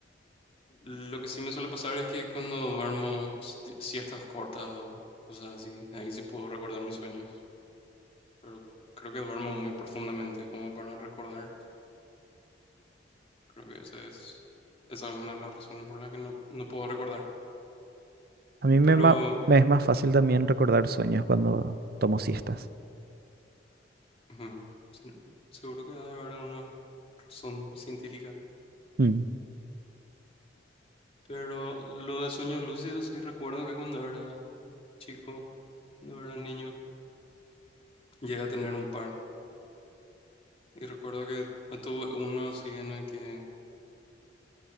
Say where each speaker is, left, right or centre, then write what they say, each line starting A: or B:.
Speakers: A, on the left (about 30°); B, on the right (about 55°).
A: Lo que sí me suele pasar es que cuando duermo si- siestas cortas o cosas así, ahí sí puedo recordar mis sueños. pero creo que duermo muy profundamente como para recordar. Creo que ese es, esa es una de las razones por las que no, no puedo recordar.
B: A mí me,
A: Pero
B: ma- me es más fácil también recordar sueños cuando tomo siestas.
A: ujú, se- seguro que debe haber una razón científica.
B: mm.
A: Pero lo de sueños lúcidos sí recuerdo que cuando era chico, cuando era niño, llegué a tener un par. Y recuerdo que no tuve uno así en el que